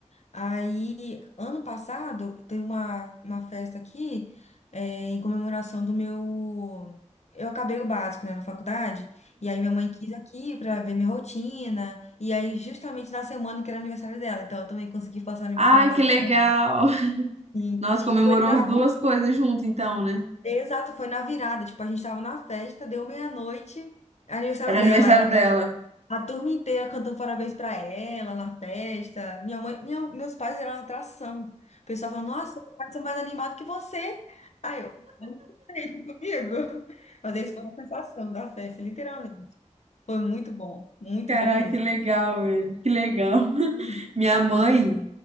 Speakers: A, on the left; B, on the right.
A: Aí, ano passado, teve uma, uma festa aqui, eh, em comemoração do meu. Eu acabei o básico, né, na faculdade, e aí minha mãe quis aqui pra ver minha rotina, e aí justamente na semana que era aniversário dela, então eu também consegui passar o aniversário
B: Ai,
A: dela
B: que legal!
A: com ela. Sim.
B: Nossa, comemorou
A: E foi na.
B: as duas coisas junto, então, né?
A: Exato, foi na virada, tipo, a gente tava na festa, deu meia-noite, aniversário
B: Era
A: dela.
B: aniversário dela.
A: A turma inteira cantando parabéns pra ela na festa. Minha mãe, minha- meus pais eram uma atração. O pessoal falou, nossa, meu pais são mais animados que você. Aí eu, "Como você comigo. <laughs> Mas essa foi a sensação da festa, literalmente. Foi muito bom, muito
B: Caraca,
A: bom mesmo.
B: que legal, velho. Que legal.
A: Uhum.
B: Minha mãe,